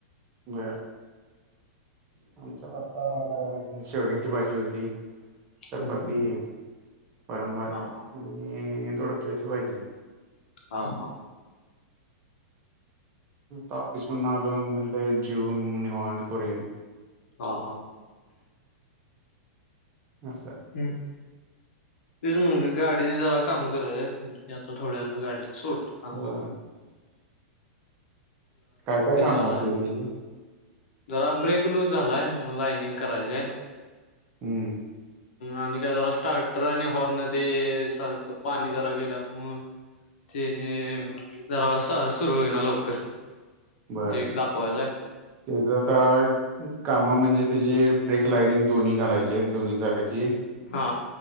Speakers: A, on the right (about 30°); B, on the left (about 75°).
A: ब आमच्यात आता शेवग्याची भाजी होती चपाती
B: हा
A: परंभात
B: हा
A: आणि थोडक्यायची पाहिजे
B: हा ह
A: तापस म्हणलो जवून मु निवा कोिया
B: हा हा
A: हा सर
B: हम्म तेच म्हणज गाडी जरा काम करायच आता थोड्या गाडी सल आ
A: होय काय काय कामं
B: झालाय
A: होते तेजे
B: जरा ब्रेक लूज झालाय मग लाइनिंग करायचयम्
A: हम्म
B: आणि काय जरा स्टार्टर आणि हॉर्नध्ये सारखं पाणी जरा गेल्यामु ते जरा सुरू होई ना लवकर
A: बर
B: क दाकयज
A: त्याच आता काम म्हणजे त्याची ब्रेक लाईनिंग दोन्ही घालायचे दोन्ही चाकााची
B: हा